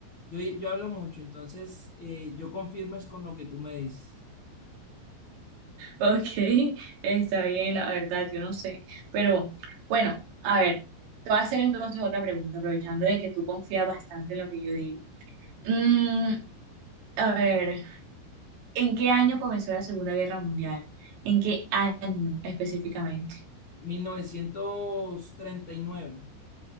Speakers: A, on the left (about 50°); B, on the right (about 65°).
A: yo, yo hablo mucho, entonces eh, yo confirmo es con lo que tú me dices.
B: Ok, está bien, la verdad, yo no sé. Pero bueno, a ver, te voy a hacer entonces otra pregunta, aprovechando de que tú confías bastante en lo que yo digo. Mm, a ver, ¿en qué año comenzó la Segunda Guerra Mundial? ¿En qué año específicamente?
A: 1939.